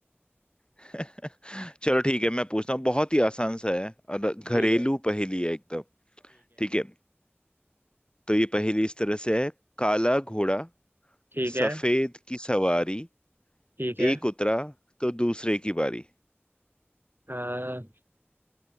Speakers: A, on the left; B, on the right.
A: <laughs>
B: ठीक है
A: चलो ठीक है मैं पूछता हूँ बहुत ही आसान सा है और घरेलू
B: ठीक है
A: पहेली है एकदम ठीक है तो ये पहेली इस तरह से है काला घोड़ा
B: ठीक है
A: सफेद की सवारी
B: ठीक है
A: एक उतरा तो दूसरे की बारी
B: हाँ,